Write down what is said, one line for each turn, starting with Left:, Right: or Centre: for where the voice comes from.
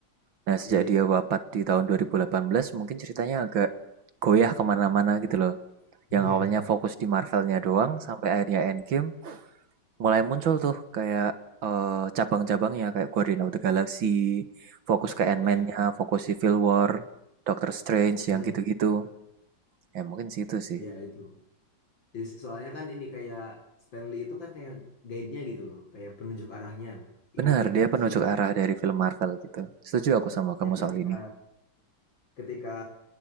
Right: Nah, sejak
Left: Iya, iya.
Right: dia wafat di tahun 2018, mungkin ceritanya agak goyah kemana-mana gitu loh.
Left: Iya.
Right: Yang awalnya fokus di Marvelnya doang, sampai akhirnya Endgame mulai muncul tuh kayak eh, cabang-cabangnya kayak Guardian of the Galaxy, fokus ke Ant-Man-nya,
Left: Ya,
Right: fokus Civil War, Doctor Strange
Left: hmm,
Right: yang gitu-gitu. Ya mungkin situ sih.
Left: ya itu. Jadi, so- soalnya kan ini kayak Stanley itu kan kayak guide-nya gitu loh, kayak penunjuk arahnya. Ini
Right: Benar,
Left: bagusnya
Right: dia
Left: ke
Right: penunjuk
Left: sini.
Right: arah dari film Marvel gitu. Setuju aku sama kamu
Left: Ya ketika
Right: soal ini.
Left: ketika